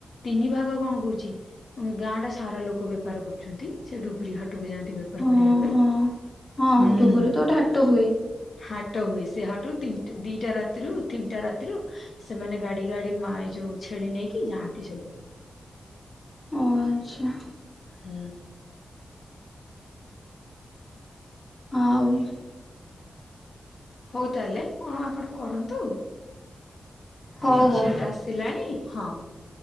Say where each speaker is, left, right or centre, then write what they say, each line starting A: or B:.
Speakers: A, on the left; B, on the left.
A: ତିନି ଭାଗ କଣ କହୁଛି। ଅଁ, ଗାଁ ଟା ସାରା ଲୋକ ବେପାର କରୁଛନ୍ତି। ସେ ଡୁବରି ହାଟକୁ ଯାଆନ୍ତି ବେପ
B: ହଁ
A: ପାର କରିବା ପାଇଁ।
B: ହଁ। ହଁ
A: ହୁଁ,
B: ଡୁବୁରି ତ ଗୋଟେ ହାଟ ହୁଏ।
A: ହାଟ ହୁଏ। ସେ ହାଟ କୁ ତିନଟା ଦିଟା ରାତିରୁ ତିନିଟା ରାତିରୁ ସେମାନେ ଗାଡି ଗାଡି ମା- ଏଇ ଯୋଉ ଛେଳି ନେଇକି ଯାଆନ୍ତି ସବୁ।
B: ଓ ଆଚ୍ଛା।
A: ହୁଁ।
B: ଆଉ।
A: ହଉ ତାହେଲେ କଣ ଆପଣ କରନ୍ତୁ।
B: ହଉ ହଉ
A: ଝିଅ ଟା ଆସିଲାଣି ହଁ।